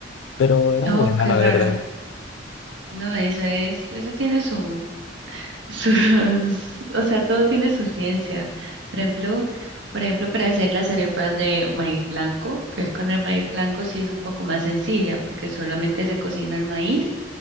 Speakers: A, on the left; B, on the right.
A: pero era
B: Oh,
A: buena
B: qué
A: la
B: raro.
A: verdad.
B: No, eso es, eso tiene su, <laughs> sus, o sea, todo tiene su ciencia. Por ejemplo, por ejemplo, para hacer las arepas de maíz blanco, que es con el maíz blanco, sí es un poco más sencilla, porque solamente se cocina el maíz,